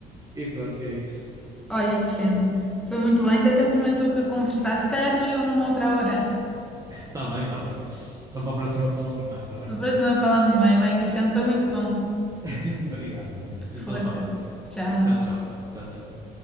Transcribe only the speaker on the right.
e pronto, e é isso.
Tá bem, tá bem. Então para a próxima falamos mais, tá bem?
<laughs> Obrigado, Nuno. Então
vá.
Tchau, tchau. Tchau, tchau.